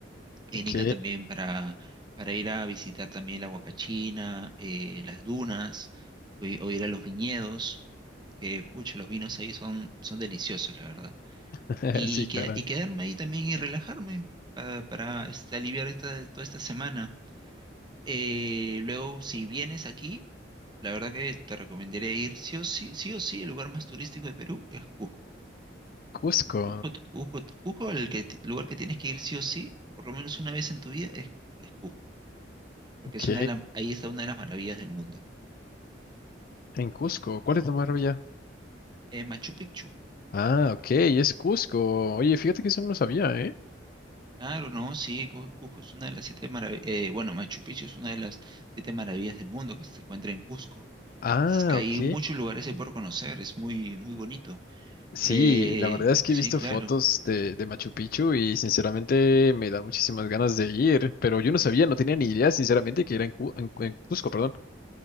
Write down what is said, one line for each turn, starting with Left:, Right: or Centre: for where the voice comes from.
Right: en
Left: Ok.
Right: Ica también para, para ir a visitar también la Huacachina, eh, las dunas, o, i- o ir a los viñedos, que pucha, los vinos ahí son, son deliciosos, la verdad.
Left: <laughs>
Right: Y,
Left: Sí,
Right: y,
Left: claro.
Right: que- y quedarme ahí también y relajarme para, para, este, aliviar esta, toda esta semana. Eh, luego, si vienes aquí, la verdad que te recomendaría ir sí o sí, sí o sí, el lugar más turístico de Perú es Cusco.
Left: Cusco.
Right: Cusco, Cusco, Cusco, el que, lugar que tienes que ir sí o sí, por lo menos una vez en tu vida, es, es Cusco. porque
Left: Ok.
Right: es una de la- ahí está una de las maravillas del mundo.
Left: En Cusco. ¿Cuál es la maravilla?
Right: Eh, Machu Picchu.
Left: Ah, ok. Es Cusco. Oye, fíjate que eso no lo sabía, ¿eh?
Right: Claro, no, sí, Cu- Cusco es una de las siete maravillas, bueno, Machu Picchu es una de las siete maravillas del mundo que se encuentra en Cusco.
Left: Ah,
Right: Es que hay
Left: ok.
Right: muchos lugares ahí por conocer, es muy, muy bonito.
Left: Sí,
Right: Eh,
Left: la verdad es que
Right: sí,
Left: he visto
Right: claro.
Left: fotos de, de Machu Picchu y sinceramente me dan muchísimas ganas de ir, pero yo no sabía, no tenía ni idea, sinceramente, que era en, Cu- en en Cusco, perdón.